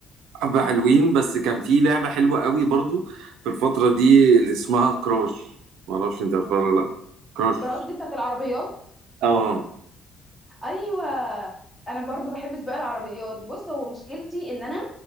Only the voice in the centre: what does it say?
كراس دي بتاعت العربيات
ايوه انا برضو بحب سباق العربيات بص هو مشكلتي ان انا